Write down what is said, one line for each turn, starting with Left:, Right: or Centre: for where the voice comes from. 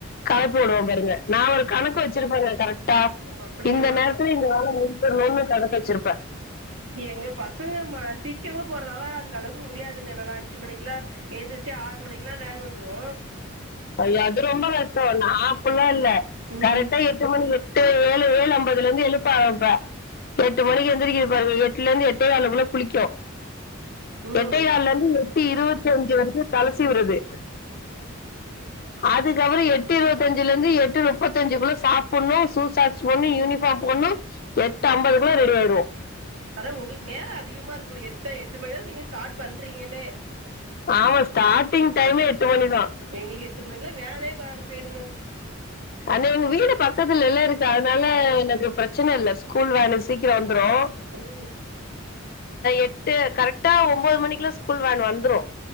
Left: களப்பி வுடுவ பாருங்க நா ஒரு கணக்கு வச் சிருப்பாங்க கரெக்டா
Right: அப்டியேமா
Left: இந்த நேரத்துல இங்க வேல முடிக்கனூனு கணக் வச்சிருப்பே
Right: எங்க பசங்க ம சீக்கிரமா போறதால அந்த அளவுக்கு முடியாதுங்க என்னாலா அஞ்சு மணிக்கலா எந்திரிச்சு ஆறு மணிக்குலா வேன் வந்துரு
Left: அய்யோ அது ரொம்ப கஷ்டோ நா அப்பில்லா இல்ல
Right: ம்
Left: கரெக்டா எட் எட்டு மணி எட்டு ஏழு ஏழு ஐம்பதுலந்து எழுப்ப ஆரம்ப்ப எட்டு மணிக்கு எந்திரிக்குது பாருங்க எட்டுலர்ருந்து எட்டே காலுக்குள்ள குளிக்கு
Right: ம்
Left: எட்டே காால்லருந்து எட்டு இருவத்தி அஞ்சு வரைக்கு தல சீவுரது அதுக்கப்றோ எட்டு இருவத்தஞ்சுலர்ந்து எட்டு நுப்பத்தஞ்சுக்குள்ள சாப்புண்ணு சூ சாக்ஸ் போட்ணு யூனிஃபாம் போட்ணு எட்டு ஐம்பதுக்குள்ள ரெடி ஆயிடுவோ
Right: ப்ர ஒங்களுக்கு நேரோ அதிகமா இருக்கு போல எட்ட எட்டு மணிதா நீங்க ஸ்டாட் பண்றீங்களே
Left: ஆமா ஸ்டாட்டிங் டைமே எட்டு மணிதா
Right: எங்களுக்கு எட்டு மணிக்கலா வேனே பாதி போய்டுங்க
Left: ஆனா எங்க வீடு பக்கத்துல இல்ல இருக்கு அதனால எனக்கு பிரச்சன இல்ல ஸ்கூல் வேணு சீக்கிரோ வந்துரு
Right: அரி
Left: எட்டு கரெக்டா ஒம்போது மணிக்லா ஸ்கூல் வேன் வந்துரு